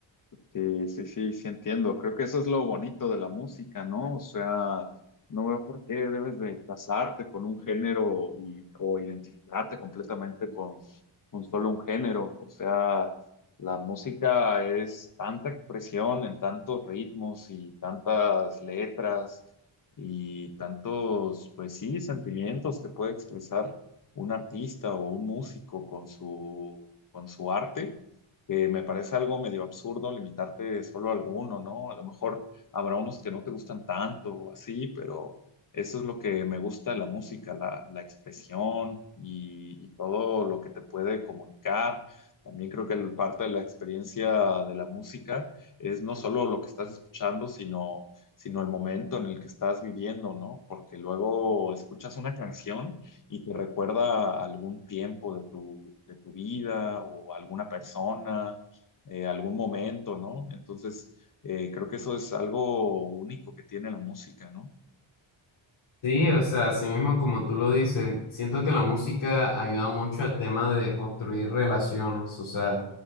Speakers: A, on the left; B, on the left.
A: Sí, sí, sí, sí entiendo. Creo que eso es lo bonito de la música, ¿no? O sea, no veo por qué debes de casarte con un género y, o identificarte completamente con, con solo un género. O sea, la música es tanta expresión en tantos ritmos y tantas letras y tantos, pues sí, sentimientos que puede expresar un artista o un músico con su, con su arte que me parece algo medio absurdo limitarte solo a alguno, ¿no? A lo mejor habrá unos que no te gustan tanto o así, pero eso es lo que me gusta de la música, la, la expresión y, y todo lo que te puede comunicar. También creo que el- parte de la experiencia de la música es no solo lo que estás escuchando, sino, sino el momento en el que estás viviendo, ¿no? Porque luego escuchas una canción y te recuerda algún tiempo de tu, de tu vida o alguna persona, eh, algún momento, ¿no? Entonces, eh, creo que eso es algo único que tiene la música, ¿no?
B: Sí, o sea, así mismo como tú lo dices, siento que la música ayuda mucho al tema de construir relaciones, o sea,